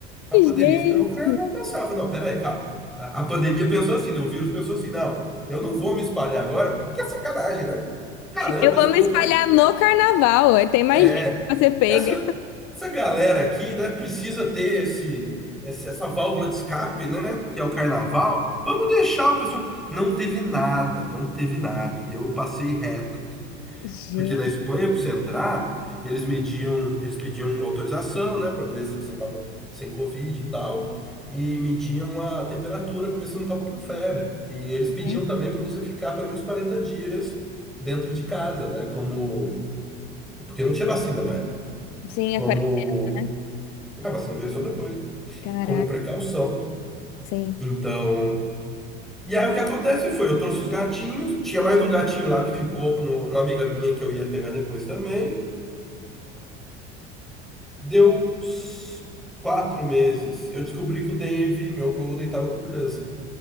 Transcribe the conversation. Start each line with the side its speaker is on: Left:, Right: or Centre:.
Centre: A pandemia
Left: Gente.
Centre: esperou o carnaval passar. Eu Falei, não, peraí, calma. A, a pandemia pensou assim, né? O vírus pensou assim, não, eu não vou me espalhar agora, que é sacanagem, né? Caramba,
Left: Eu vou
Centre: esse povo
Left: me espalhar
Centre: aí.
Left: no carnaval. aí Tem mais
Centre: É.
Left: gente que você pega.
Centre: Essa, essa galera aqui, né, precisa ter esse, esse- essa válvula de escape, né? Que é o carnaval. Vamos deixar o pessoal. Não teve nada, não teve nada. Eu passei reto aqui.
Left: Gente,
Centre: Porque na Espanha, para você entrar, eles mediam, eles pediam autorização, né, para ver se você estava sem Covid e tal, e mediam a temperatura para ver se você não estava com febre. E eles
Left: Uhum.
Centre: pediam também para você ficar pelo menos 40 dias dentro de casa, né, como porque não tinha vacina na época.
Left: Sim,
Centre: Como
Left: aquarela, né?
Centre: a vacina veio só depois,
Left: caraca,
Centre: como precaução.
Left: sim.
Centre: Então, e aí o que acontece foi, eu trouxe os gatinhos, tinha mais um gatinho lá que ficou com uma amiga minha que eu ia pegar depois também. Deu s- quatro meses. Eu descobri que o Dave, meu Golden, tava com câncer.